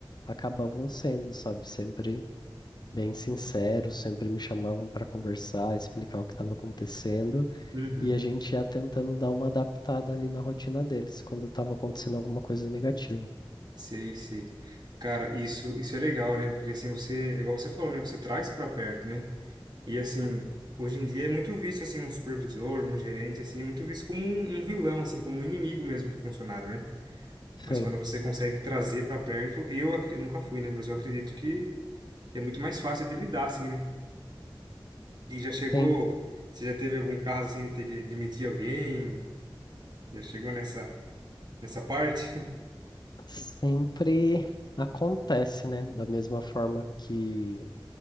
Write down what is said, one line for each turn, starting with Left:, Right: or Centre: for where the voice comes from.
Left: acabavam sendo, sabe? Sempre bem sinceros, sempre me chamavam para conversar, explicar o que estava acontecendo,
Right: Uhum.
Left: e a gente ia tentando dar uma adaptada ali na rotina deles quando estava acontecendo alguma coisa negativa.
Right: Sei, sei. Cara, isso, isso é legal, né? Porque assim, você, é igual você falou, né? Você traz pra perto, né? E assim, hoje em dia é muito visto assim um supervisor, um gerente assim, é muito visto como um, um vilão assim, como um inimigo mesmo do funcionário, né? Mas
Left: Sim,
Right: quando você consegue trazer pra perto, eu, acre- eu nunca fui, né? Mas eu acredito que é muito mais fácil de lidar assim, né? E já chegou,
Left: sim,
Right: você já teve algum caso assim de ter que demitir alguém? Já chegou nessa nessa parte? <laughs>
Left: sempre acontece, né? Da mesma forma que